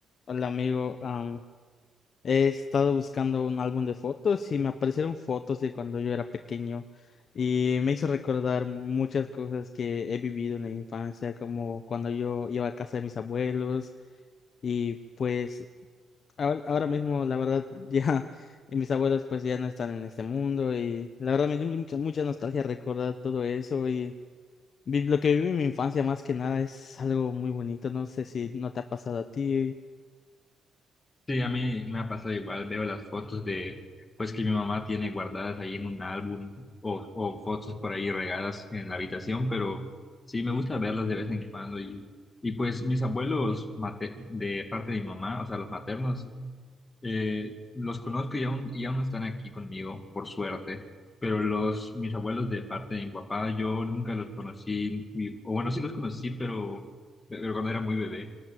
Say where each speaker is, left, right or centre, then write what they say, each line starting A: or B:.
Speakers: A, on the left; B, on the left.
A: Hola amigo, am, he estado buscando un álbum de fotos y me aparecieron fotos de cuando yo era pequeño y me hizo recordar muchas cosas que he vivido en la infancia, como cuando yo iba a casa de mis abuelos y pues ahora, ahora mismo la verdad <laughs> ya mis abuelos pues ya no están en este mundo y la verdad me dio mucha, mucha nostalgia recordar todo eso y vi- lo que viví en mi infancia más que nada es algo muy bonito, no sé si no te ha pasado a ti.
B: Sí, a mí me ha pasado igual, veo las fotos de, pues que mi mamá tiene guardadas ahí en un álbum o, o fotos por ahí regadas en la habitación, pero sí me gusta verlas de vez en cuando y, y pues mis abuelos mate- de parte de mi mamá, o sea, los maternos, eh, los conozco y aún, y aún están aquí conmigo, por suerte, pero los, mis abuelos de parte de mi papá, yo nunca los conocí, ni- o bueno, sí los conocí, pero, pero cuando era muy bebé